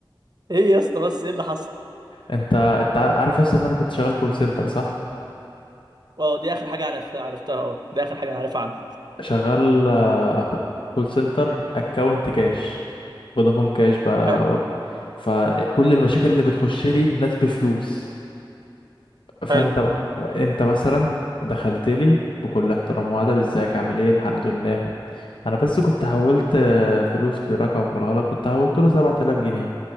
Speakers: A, on the right (about 50°); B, on the left (about 70°).
A: ايه يا اسطى بس ايه اللي حصل
B: انت انت عارف يا اسطى ان انا كنت شغال كول سنتر صح
A: اه دي اخر حاجه انا ف- عرفتها اه دي اخر حاجه انا عارفها عنها
B: شغال آه، كول سنتر اكونت كاش فودافون كاش بقى
A: حلو
B: فكل المشاكل اللي بتخش لي ناس بفلوس فانت
A: حلو
B: انت مثلا دخلت لي بكل احترام وادب ازيك عامل ايه الحمد لله انا بس كنت حولت آه، فلوس لرقم بالغلط كنت حولت له 7000 جنيه